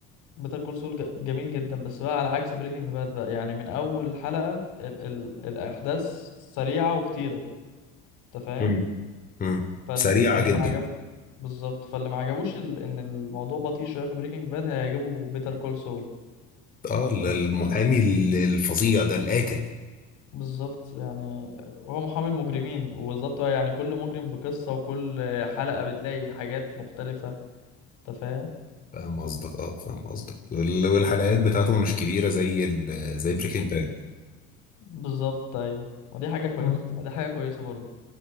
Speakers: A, on the left; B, on the left.
A: بيتر كول سول جميل جدا بس بقى على عكس بريكنج باد بقى يعني من اول حلقة ال ال الاحداث سريعة وكتيرة انت فاهم
B: مم. امم
A: فاللي
B: سريعة
A: فاللي
B: جدا
A: ما عجب بالظبط فاللي ما عجبوش ال ان الموضوع بطيء شوية في بريكنج باد هيعجبه بيتر كول سول
B: اه المحامي الفظيع ده القاتل
A: بالظبط يعني هو محامي المجرمين وبالظبط بقى يعني كل مجرم بقصة وكل حلقة بتلاقي حاجات مختلفة انت فاهم
B: فاهم قصدك اه فاهم قصدك وال- والحلقات بتاعته مش كبيرة زي ال زي بريكنج باد
A: بالظبط ايوه ودي حاجه كويسه مم. ودي حاجه كويسه برضو